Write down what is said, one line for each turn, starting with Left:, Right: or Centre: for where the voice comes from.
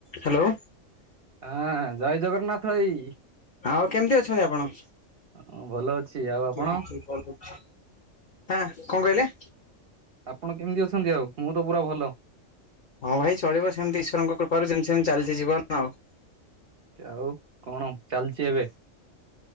Left: ହାଲୋ।
Right: ହଁ ଜୟ ଜଗନ୍ନାଥ ଭାଇ।
Left: ଆଉ କେମତି ଅଛନ୍ତି ଆପଣ?
Right: ଆ ମୁଁ ଭଲ ଅଛି। ଆଉ ଆପଣ?
Left: କିଏ ଟିକେ କଲ କରୁଛି ଆଁ କଣ କହିଲେ?
Right: ଆପଣ କେମିତି ଅଛନ୍ତି ଆଉ ମୁଁ ତ ପୁରା ଭଲ।
Left: ହଁ ଭାଇ ଚଳିବ ସେମତି ଈଶ୍ୱରଙ୍କ କୃପାରୁ ଯେମତି ସେମତି ଚାଲିଛି ଜୀବନ ଆଉ।
Right: ଆଉ କଣ ଚାଲଚି ଏବେ?